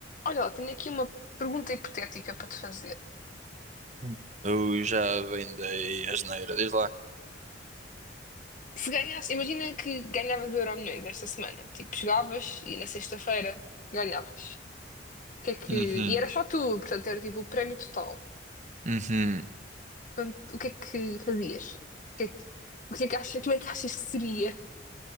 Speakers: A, on the left; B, on the right.
A: Olha, lá, tenho aqui uma pergunta hipotética para te fazer.
B: Hum. Eu já vendei a asneira, diz lá.
A: Se ganhasse, imagina que ganhavas o Euromilhões esta semana. Tipo, chegavas e na sexta-feira ganhavas. O que é que...
B: Uhum,
A: E era só tu, portanto, era tipo o prémio total.
B: uhum.
A: Quanto- o que é que fazias? O que é que, o que é que achas, como é que achas que seria